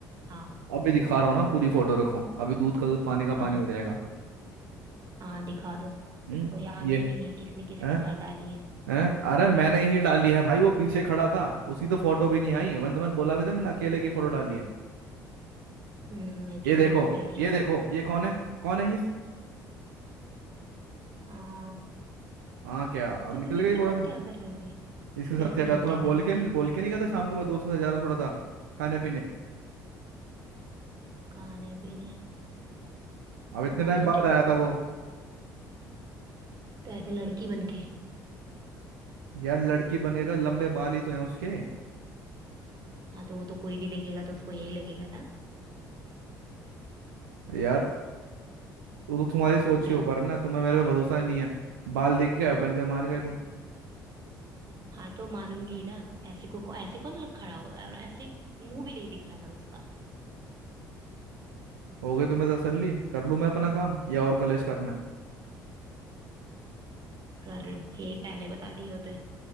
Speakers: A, on the right; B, on the right.
A: हाँ
B: अभी दिखा रहा हूँ ना पूरी फोटो रखो अभी दूध का दूध पानी का
A: कहाँ
B: पानी हो
A: से-
B: जाएगा
A: हाँ दिखा दो
B: हम्म
A: इसको याद
B: ये
A: भी नहीं है किसने किसके
B: है
A: साथ डाली है
B: हैं अरे मैंने ही डाली है भाई वो पीछे खड़ा था उसकी तो फोटो भी नहीं आई मैंने तुम्हें बोला भी था मैंने अकेले की फोटो डाली है
A: हम्म अकेले
B: ये देखो
A: की डाली
B: ये
A: है
B: देखो ये कौन है कौन है ये
A: हाँ
B: हाँ क्या अब
A: तो
B: निकल
A: तुम इसके
B: गई बोल
A: साथ
B: रही हूँ
A: क्या कर रहे थे
B: इसके
A: तुम
B: साथ
A: इसके
B: क्या कहा
A: साथ
B: तुम्हें
A: क्या
B: बोल
A: कर रहे
B: के
A: थे
B: बोल के नहीं गया था शाम को मैं दोस्तों के साथ जा रहा हूँ थोड़ा सा खाने पीने
A: खाने पीने
B: अब इतने
A: पता
B: टाइम
A: नहीं
B: बाद
A: क्या
B: आया
A: खा
B: था वो
A: तो ऐसे लड़की बन के
B: यार लड़की बन गया लंबे बाल ही तो हैं उसके
A: हाँ तो वो तो कोई भी देखेगा तो उसको यही लगेगा ना
B: यार वो तो तुम्हारी सोच
A: क्या
B: के ऊपर है ना तुम्हें मेरे पे भरोसा नहीं है बाल दिख गया बन के मान गए तुम
A: हाँ तो मानूंगी ना ऐसे को को- ऐसे कौन लोग खड़ा हो और ऐसे मुंह भी नहीं दिख रहा था उसका
B: हो गई तुम्हें तसल्ली कर लूँ मैं अपना काम या और कलेश करना है
A: कर लो यही पहले बता दिए होते